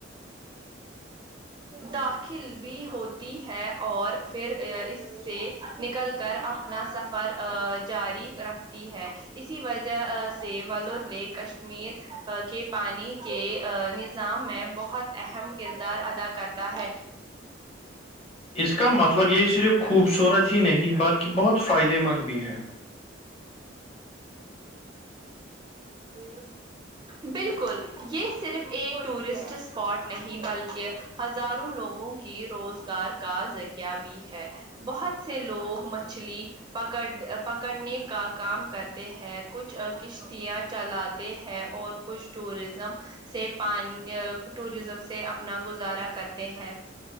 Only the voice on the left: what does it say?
اس کا مطلب یہ صرف خوبصورت ہی نہیں بلکہ بہت فائدے مند بھی ہے